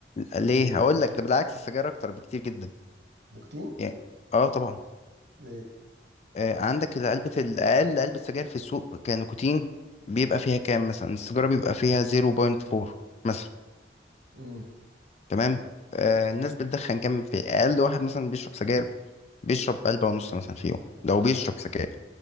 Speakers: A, on the left; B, on the right.
A: ليه
B: ليه
A: هقول لك ده بالعكس السجاير اكتر بكتير جدا
B: نيكوتين
A: يعني اه طبعا
B: ليه
A: آه عندك علبة الأقل علبة سجاير في السوق كنيكوتين بيبقى فيها كام مثلا السيجارة بيبقى فيها 0.4 مثلا
B: امم
A: تمام آه الناس بتدخن كام في أقل واحد مثلا بيشرب سجاير بيشرب علبة ونص مثلا في يوم لو بيشرب سجاير